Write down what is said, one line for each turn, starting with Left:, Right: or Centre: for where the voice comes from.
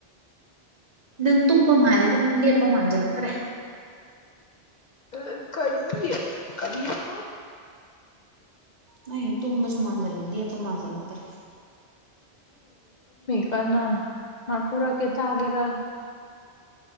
Right: ꯅꯪ ꯇꯨꯝꯕ ꯃꯥꯂꯗ ꯅꯪ ꯂꯤ ꯑꯄꯥ ꯃꯥꯥꯟꯖꯂ ꯑꯇꯔꯦ
Left: ꯑ ꯀꯔꯤ ꯀꯔꯤ ꯄꯣ
Right: ꯅ ꯇꯨꯃꯁꯨꯃꯥꯟꯖꯗꯤ ꯑ ꯃꯥꯅꯖꯂꯥꯛꯇꯥꯔꯦ
Left: ꯀꯅꯥ ꯃꯥ ꯈꯔ ꯀꯦ ꯇꯒꯦꯔ